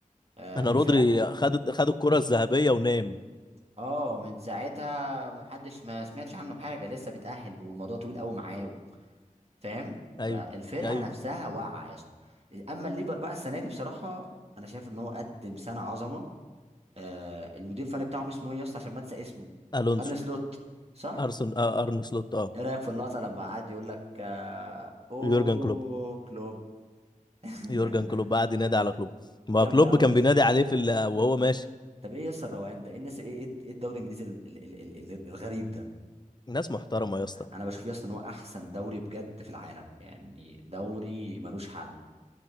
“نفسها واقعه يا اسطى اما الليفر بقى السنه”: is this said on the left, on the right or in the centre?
Right